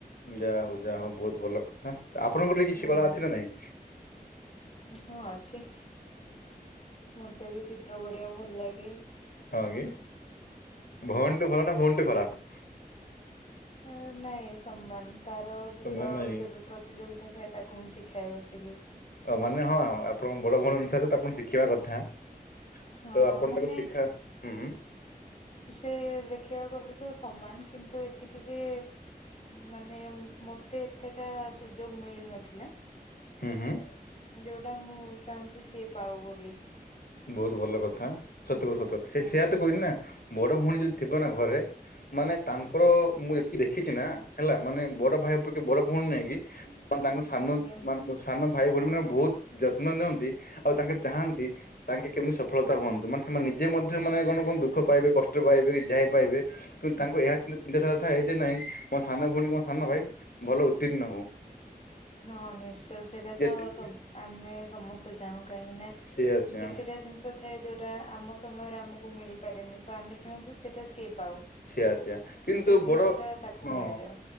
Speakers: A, on the left (about 65°); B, on the left (about 45°).
A: ଯା ହୋଉ ଯା ହୋଉ ବହୁତ୍ ଭଲ କଥା ଆପଣଙ୍କ ଠେ କିଛି
B: ହଁ
A: କଳା ଅଛି ନା ନାହିଁ?
B: ହଁ ଅଛି। ମତେ ବି ଚିତ୍ର କରିବାକୁ ଭଲ ଲାଗେ।
A: ହଁ କି
B: ହଁ।
A: ଭଉଣୀ ଠୁ ଭଲ ନା ଭଉଣୀ ଠୁ ଖରାପ୍?
B: ହଁ -ନାଇଁ ସମାନ ତାର ଚିତ୍ର
A: ସମାନ ନାଇଁ
B: ଯେବେ ପ୍ରତିଯୋଗିତା ହୁଏ ତାକୁ ମୁଁ ଶିଖାଏ ବସିକି।
A: ତା ମାନେ ହଁ ଆପଣ ବଡ ଭଉଣୀ ଅନୁସାରେ ତାକୁ ଶିଖିବା କଥା। ତ
B: ହଁ
A: ଆପଣ
B: ମାନେ
A: ତାକୁ ଶିଖା ହୁଁ।
B: ସେ ଦେଖିବାକୁ ଗଲେ ତ ସମାନ କିନ୍ତୁ ଏତିକି ଯେ ମାନେ ମତେ ଏତେଟା ସୁଯୋଗ ମିଳିନଥିଲା।
A: ହୁଁ ହୁଁ।
B: ଯୋଉଟା ମୁଁ ଚାହୁଁଚି ସିଏ ପାଉ ବୋଲି।
A: ବହୁତ ଭଲ କଥା ସତ କୁ ସତ କଥା
B: ହଁ
A: ସେୟା ତ କହିଲି ନା। ବଡ ଭଉଣୀ ଯଦି ଥିବ ନା ଘରେ ମାନେ ତାଙ୍କର ମୁଁ ଯେତିକି ଦେଖିଚି ନା ହେଲା ମାନେ ବଡ ଭାଇ ପ୍ରତି ବଡ ଭଉଣୀ ନାଇକି ମାନେ ତାଙ୍କ ସାନ
B: ଆଜ୍ଞା।
A: <unintelligible> ସାନ ଭାଇ ଭଉଣୀ ମାନେ ବହୁତ୍ ଯତ୍ନ ନିଅନ୍ତି ଆଉ ତାଙ୍କେ ଚାହାଁନ୍ତି ତାଙ୍କେ କେମିତି ସଫଳତା ହୁଅନ୍ତୁ ମାନେ ସେମାନେ ନିଜେ ମଧ୍ୟ ମାନେ କଣ କଣ ଦୁଃଖ ପାଇବେ କଷ୍ଟ ପାଇବେ ଯାଇ ପାଇବେ କିନ୍ତୁ ତାଙ୍କୁ ଏହା ଚିନ୍ତାଧାରା ଥାଏ ଯେ ନାଇଁ ମୋ ସାନ ଭଉଣୀ ମୋ ସାନ ଭାଇ ଭଲ ଉତ୍ତୀର୍ଣ୍ଣ ହୋଉ।
B: ହଁ ନିଶ୍ଚୟ ସେଇଟା
A: ଯେତିକି
B: ତ ସ ଆମେ ସମସ୍ତେ ଚାହୁଁ କାହିଁକି ନା
A: ସେଆ ସେଆ
B: କିଛିଟା ଜିନିଷ ଥାଏ ଯୋଉଟା ଆମ ସମୟରେ ଆମକୁ ମିଳିପାରେନି ତ ଆମେ ଚାହୁଁଛୁ ସେଇଟା ସେ ପାଉ।
A: ସେୟା ସେୟା କିନ୍ତୁ
B: ଜିନିଷ
A: ବଡ
B: ଟା ତାକୁ
A: ହଁ
B: ମିଳିଯାଉ